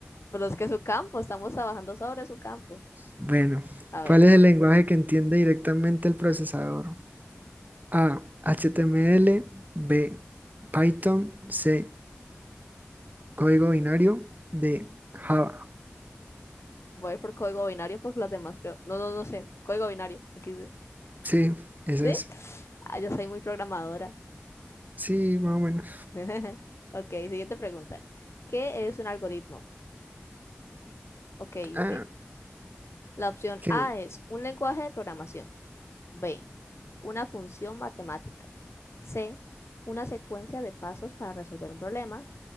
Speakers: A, on the left; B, on the right.
A: Pero es que es su campo, estamos trabajando sobre su campo.
B: Bueno,
A: A ver,
B: ¿cuál es el lenguaje que entiende directamente el procesador? A, HTML, B, Python, C, código binario, D, Java.
A: voy a ir por código binario porque las demás creo. No, no, no sé. Código binario. Aquí sí.
B: Sí, esa
A: ¿Sí?
B: es.
A: Ah, yo soy muy programadora.
B: Sí, más o menos.
A: <laughs> Ok, siguiente pregunta. ¿Qué es un algoritmo? Ok, eh,
B: Ah,
A: la opción
B: ok.
A: A es un lenguaje de programación. B, una función matemática. C, una secuencia de pasos para resolver un problema.